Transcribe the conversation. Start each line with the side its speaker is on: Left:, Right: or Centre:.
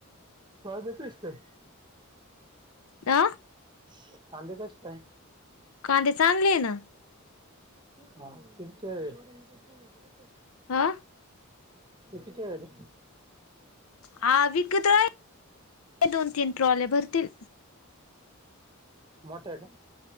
Right: हा तेसत काय
Left: अ
Right: चांली काच काय.
Left: कांदे चांगले ना.
Right: हा तिथं ते.
Left: ह
Right: किती झाले?
Left: हा विकत <unintelligible> दोन तीन ट्रॉल्या भरतील.
Right: मोठे आहे का?